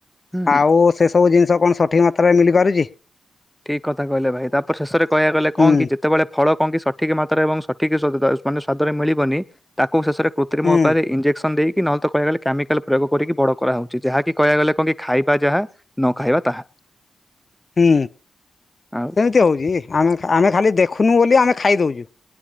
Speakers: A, in the centre; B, on the left (about 45°).
A: ହୁଁ।
B: ଆଉ ସେ ସବୁ ଜିନିଷ କଣ ସଠିକ୍ ମାତ୍ରାରେ ମିଲି ପାରୁଛି?
A: ଠିକ୍ କଥା କହିଲେ ଭାଇ। ତାପରେ ଶେଷରେ କହିବା ଗଲେ
B: ହୁଁ
A: କଣ କି ଯେତେବେଳେ ଫଳ କଣ କି ସଠିକ ମାତ୍ରାରେ ଏବଂ ସଠିକ ମାନେ ସ୍ଵାଦ-ଦ -ସ୍ଵାଦରେ ମିଳିବନି? ତାକୁ ଶେଷରେ କୃତ୍ରିମ
B: ହୁଁ
A: ଉପାୟରେ ଇଞ୍ଜେକ୍ସନ ଦେଇ କି ନହେଲେ ତ କହିବା ଗଲେ କେମିକାଲ ପ୍ରୟୋଗ କରିକି, ବଡ କରା ହଉଛି। ଯାହାକି କହିବା ଗଲେ କଣ କି ଖାଇବା ଯାହା ନ ଖାଇବା ତାହା।
B: ହୁଁ,
A: ଆଉ
B: ସେମିତି ହଉଛି। ଆମେ ଖା ଆମେ ଖାଲି ଦେଖୁ। ଖୁନୁ ବୋଲି ଆମେ ଖାଇ ଦଉଛୁ।